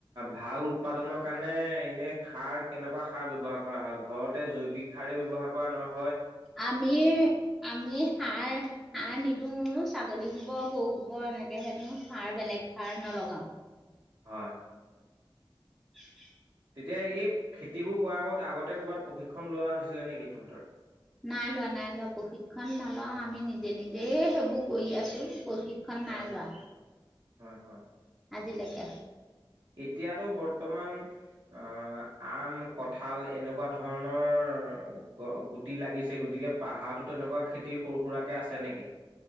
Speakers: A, on the right; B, in the centre.
A: ভাল উৎপাদনৰ কাৰণে এনে সাৰ কেনেকুৱা সাৰ ব্যৱহাৰ কৰা হয়? ঘৰতে জৈৱিক সাৰেই ব্যৱহাৰ কৰা নহ
B: আমি আমি সাৰ সাৰ নিদো ছাগলী গোবৰ গৰু গোবৰ এনেকেহে দিওঁ সাৰ বেলেগ সাৰ নলগাও।
A: হয়।
B: <unintelligible>
A: তেতিয়া এই খেতিবোৰ কৰা আগত আগতে ক'ৰবাত প্ৰশিক্ষন লোৱা হৈছিলে নেকি তহঁতৰ?
B: নাই লোৱা নাই লোৱা প্ৰশিক্ষণ নলো আমি নিজে নিজে সেইবোৰ কৰি আছো। প্ৰশিক্ষণ
A: হয়
B: নাই লোৱা।
A: হয় হয়।
B: আজিলেকে
A: এতিয়াতো বৰ্তমান আহ আম, কঠাল এনেকুৱা ধৰণৰ গুটি লাগিছে গতিকে পাহাৰতো এনেকুৱা খেতি সৰু সুৰাকে আছে নেকি?